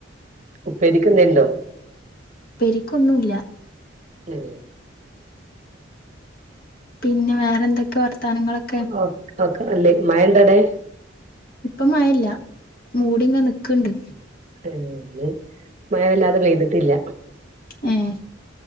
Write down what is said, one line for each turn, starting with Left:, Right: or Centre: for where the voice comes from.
Right: ഉപ്പേരിക്ക് എന്തെ ണ്ടോ
Left: ഉപ്പേരിക്കൊന്നൂല്യ
Right: ഉം
Left: പിന്നെ വേറെ എന്തൊക്കെ വർത്താനങ്ങളക്കെ
Right: ഓ ഓക്കെ നല്ലേ മഴ ഉണ്ടോ അവിടെ
Left: ഇപ്പ മഴ ഇല്ല മൂടിങ്ങനി ക്കണ്ട്
Right: ഉം മഴ വല്ലാതെ പെയ്തിട്ടില്ല
Left: ഏഹ്